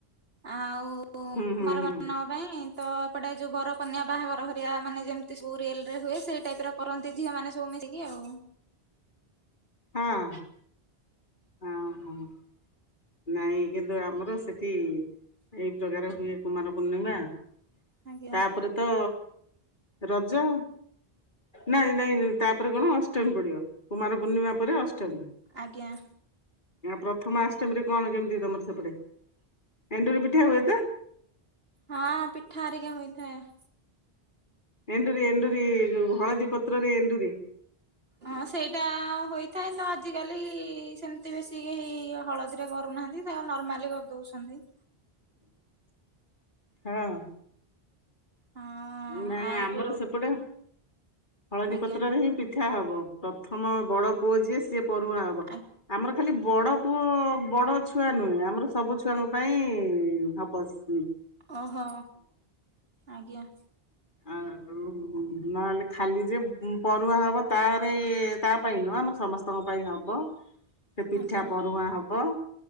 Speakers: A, on the right; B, on the left.
A: ଆଉ ଉ
B: ହୁଁ ହୁଁ
A: କୁମାର
B: ହୁଁ।
A: <unintelligible> ପାଇଁ ତ ଏପଟେ ଯୋଉ ବର କନ୍ୟା ବାହାଘର ହେରିଆ, ମାନେ ଯେମିତି ସୁ ରିଅଲ୍ ରେ ହୁଏ ସେଇ ଟାଇପର କରନ୍ତି ଝିଅ ମାନେ ସବୁ ମିଶିକି ଆଉ।
B: ହଁ। ହଁ- ହଁ। ନାଇଁ କିନ୍ତୁ ଆମର ସେଠି ଏଇ ପ୍ରକାର ହୁଏ କୁମାର ପୂର୍ଣ୍ଣିମା ଆଉ।
A: ଆଜ୍ଞା
B: ତାପରେ ତ ରଜ ନାଇଁ ନାଇଁ ତାପରେ କଣ ଅଷ୍ଟମୀ ପଡିବ କୁମାର ପୂର୍ଣ୍ଣିମା ପରେ ଅଷ୍ଟମୀ।
A: ଆଜ୍ଞା।
B: ପ୍ରଥମା ଅଷ୍ଟମୀରେ କଣ କେମିତି ତମର ସେପଟେ, ଏଣ୍ଡୁରି ପିଠା ହୁଏ ତ?
A: ହଁ ପିଠା ହେରିକା ହୋଇଥାଏ।
B: ଏଣ୍ଡୁରି ଏଣ୍ଡୁରି ଯୋଉ ହଳଦୀ ପତ୍ରରେ ଏଣ୍ଡୁରି।
A: ହଁ ସେଇଟା ହୋଇଥାଏ, ତ ଆଜିକାଲି ସେମିତି ବେଶୀ କେହି ହଳଦୀରେ କରୁନାହାନ୍ତି। ସେଇଆକୁ ନର୍ମାଲି କରି ଦଉଛନ୍ତି।
B: ହଁ।
A: ହଁ
B: ନାଇଁ
A: ଆଉ
B: ଆମର
A: ଯୋଉ
B: ସେପଟେ ହଳଦୀ
A: ଆଜ୍ଞା
B: ପତ୍ରରେ ହିଁ ପି ଠା ହବ, ପ୍ରଥମ ବଡ ପୁଅ ଯିଏ ସିଏ ପୋରୁଆଁ ହବ।
A: ଆ
B: ଆମର ଖାଲି ବଡ ପୁଅ ବଡ ଛୁଆ ନୁହେଁ, ଆମର ସବୁ ଛୁଆଙ୍କ ପାଇଁ ହବସ୍ ଉଁ।
A: ଓ ହୋ ଆଜ୍ଞା।
B: ଆଉ ଆଉ ନହେଲେ ଖାଲି ଯେ ପରୁଆଁ ହବ ତାରେ ତା ପାଇଁ ନୁହଁ, ଆମର ସମ ସ୍ତଙ୍କ ପାଇଁ ହବ। ସେ ପିଠା
A: ଆଜ୍ଞା
B: ପରୁଆଁ ହବ।